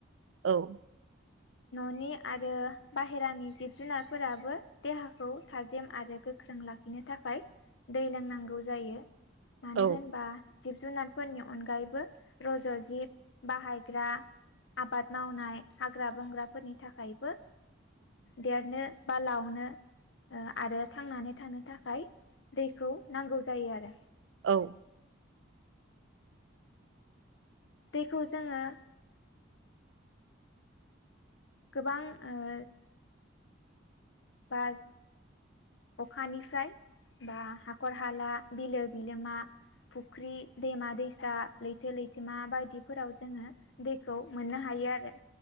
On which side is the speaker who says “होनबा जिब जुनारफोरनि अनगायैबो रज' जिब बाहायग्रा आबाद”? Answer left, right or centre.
Left